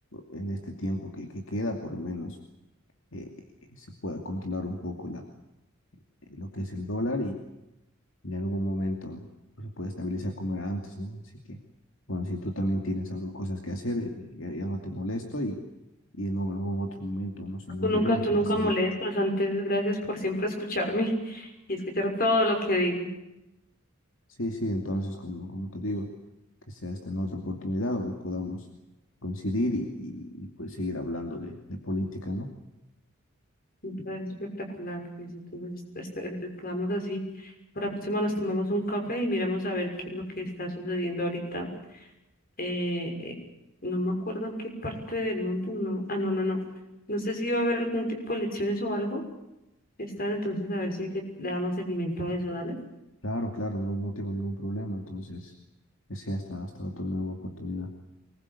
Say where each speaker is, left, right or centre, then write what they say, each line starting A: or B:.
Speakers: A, on the left; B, on the left.
A: en este tiempo que, que queda, por lo menos, eh, se pueda controlar un poco la, eh, lo que es el dólar y en algún momento pues, se pueda estabilizar como era antes, ¿no? Así que, bueno, si tú también tienes algo, cosas que hacer, eh, ya, ya no te molesto y, y en algún otro momento nos encontraremos
B: Tú nunca, tú
A: para
B: nunca
A: seguir
B: molestas. Antes, gracias por siempre escucharme <laughs> y escuchar todo lo que digo.
A: Sí, sí, entonces, como, como te digo, que sea esta en otra oportunidad donde podamos coincidir y, y, y, pues seguir hablando de, de política, ¿no?
B: Me parece espectacular. Cris. Entonces, este, estamos así. Para la próxima nos tomamos un café y miramos a ver qué es lo que está sucediendo ahorita. Eh, eh, no me acuerdo en qué parte del mundo. No. Ah, no, no, no. No sé si va a haber algún tipo de elecciones o algo. Están entonces a ver si le, le damos seguimiento a eso, dale.
A: Claro, claro, no, no tengo ningún problema, entonces, que sea hasta, hasta otra nueva oportunidad.